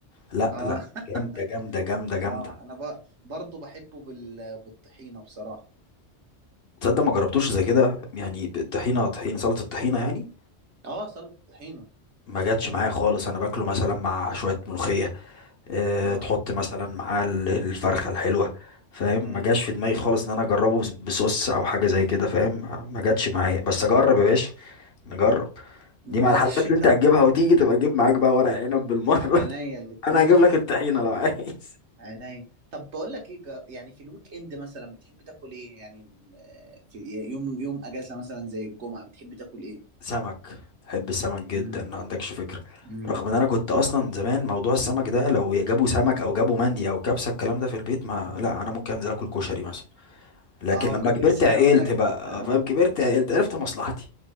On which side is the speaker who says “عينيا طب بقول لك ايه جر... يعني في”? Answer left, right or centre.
Right